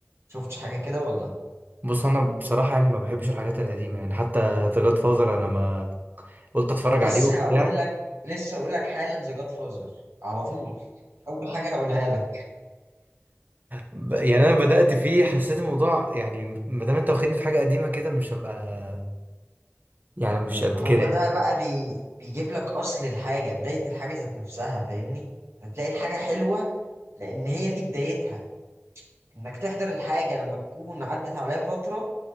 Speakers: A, on the right; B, on the right.
A: شفتش حاجة كده ولا
B: بص انا بصراحه يعني ما بحبش الحاجات القديمه يعني حتى ذا جاد فازر انا ما قلت اتفرج
A: أنا
B: عليه
A: لسه
B: وبتاع
A: هقول لك لسه هقول لك حالا ذا جاد فازر على طول أول حاجة هقولها لك
B: ب- يعني انا بدات فيه حسيت الموضوع يعني ما دام انت واخدني في حاجه قديمه كده مش هبقى يعني مش قد
A: ما هو
B: كده يعني
A: ده بقى بي... بيجيب لك أصل الحاجة بداية الحاجة ذات نفسها فاهمني فتلاقي الحاجة حلوة لأن هي دي بدايتها إنك تحضر الحاجة لما تكون عدت عليها فترة